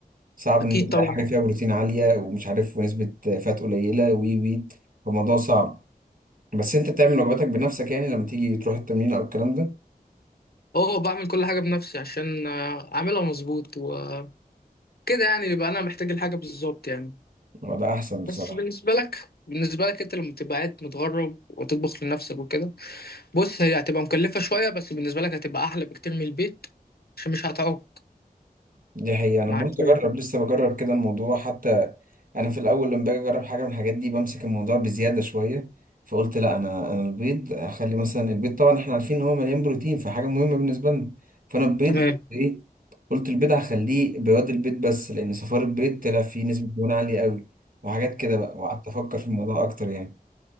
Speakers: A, on the right (about 65°); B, on the left (about 80°).
A: صعب
B: اكيد
A: ان انت تلاقي
B: طبعا
A: حاجه فيها بروتين عاليه ومش عارف ونسبه فات قليله وي وي فالموضوع صعب بس انت بتعمل وجباتك بنفسك يعني لما تيجي تروح التمرين او الكلام ده
B: اه بعمل كل حاجه بنفسي عشان آه، اعملها مظبوط وكده يعني يبقى انا محتاج الحاجه بالظبط يعني
A: هو ده احسن بصراحه
B: بس بالنسبه لك بالنسبه لك انت لما تبقى قاعد متغرب وتطبخ لنفسك وكده بص هي هتبقى مكلفه شويه بس بالنسبه لك هتبقى احلى بكتير من البيت عشان مش هتعوق
A: دي حقيقه انا
B: مع
A: بقول
B: الجيم
A: اجرب لسه بجرب كده الموضوع حتى انا في الاول لما باجي اجرب حاجه من الحاجات دي بمسك الموضوع بزياده شويه فقلت لا انا انا البيض اخلي مثلا البيض طبعا احنا عارفين ان هو مليان بروتين فحاجه مهمه بالنسبه لنا فانا البيض
B: تمام
A: قلت ايه قلت البيض هخليه بياض البيض بس لان صفار البيض طلع فيه نسبه دهون عاليه قوي وحاجات كده بقى وقعدت افكر في الموضوع اكتر يعني